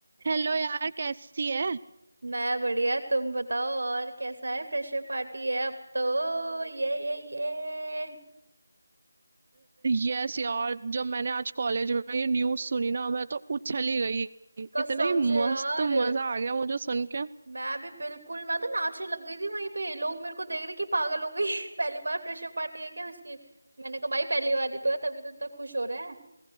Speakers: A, on the right; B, on the right.
A: हेलो यार कैसी है
B: मैं बढ़िया तुम बताओ और कैसा है फ्रेशर पार्टी है अब तो ये ये ये
A: यस यार जब मैंने आज कॉलेज में ये न्यूज़ सुनी ना मैं तो उछल ही गई
B: कसम
A: इतनी
B: से
A: मस्त
B: यार
A: मजा आ गया मुझे सुन के
B: मैं भी बिल्कुल मैं तो नाचने लग गई थी वहीं पे लोग मेरे को देख रहे कि पागल हो गई <laughs> पहली बार फ्रेशर पार्टी है क्या इसकी मैंने कहा भाई पहली बार ही तो है तभी तो इतना खुश हो रहे हैं